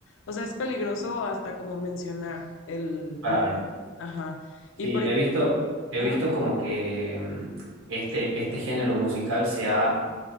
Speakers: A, on the left (about 65°); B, on the right (about 85°).
A: O sea, es peligroso hasta como mencionar el,
B: claro.
A: el tema. Ajá.
B: Sí,
A: Y por
B: he
A: ej-
B: visto, he
A: ajá.
B: visto como que mm, este, este género musical se ha,